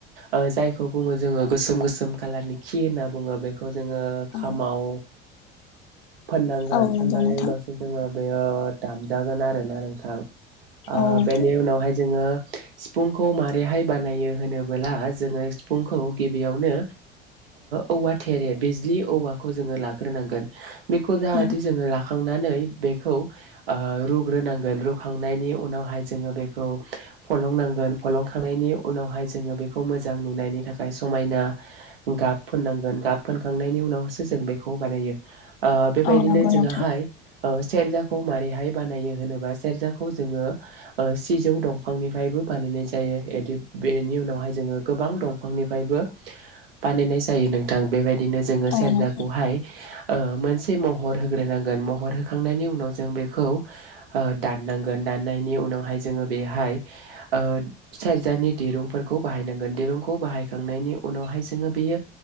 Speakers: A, on the right; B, on the left.
A: ओ जायखौ बुङो जोङो गोसोम गोसोम कालारनि खि होनना बुङो बेखौ खौ जोङो
B: औ
A: खामाव फोननांगोन,
B: औ नंगौ
A: फोननायनि
B: नोंथां
A: उनावसो जोङो बेयो दामजागोन आरोना नोंथां। ओ
B: औ नोंथां
A: बेनि उनावहाय जोङो सिफुंखौ माबारैहाय बानायो होनबोला जोङो सिफुंखौ गिबियावनो औवा थेरे, बिज्लि औवाखौ जोङो लाग्रोनांगोन। बेखौ जाहाथे
B: औ
A: जोङो ला खांनानै बेखौ ओ रुग्रोनांगोन, रुखांनायनि उनावहाय जोङो बेखौ फलंनांगोन, फलंखांनायनि उनावहाय जोङो बेखौ मोजां नुनायनि थाखाय समायना गाब फोननांगोन, गाब फोनखांनायनि उनावसो जों बेखौ बानायो। ओ बेबायदिनो
B: औ नंगौ
A: जोंङाहाय
B: नोंथां
A: ओ सेरजाखौ माबारैहाय बानायो होनोबा, सेरजाखौ जोंङो सिजौ दंफांनिफायबो बानायनाय जायो, <unintelligible> बेनि उनावहाय जोंङो गोबां दंफांनिफायबो बानायनाय जायो नोंथां। बेबायद दिनो जोंङो
B: औ
A: सेरजाखौहाय
B: नोंथां
A: ओ मोनसे महर होग्रोनांगोन महर हो होखांनायनि उनाव जों बेखौ ओ दाननांगोन, दाननायनि उनावहाय जोंङो बेहाय ओ सेरजानि दिरुंफोरखौ बाहायनांगोन, दिरुंखौ बाहायखांनायनि उनावहाय जोंङो बेयो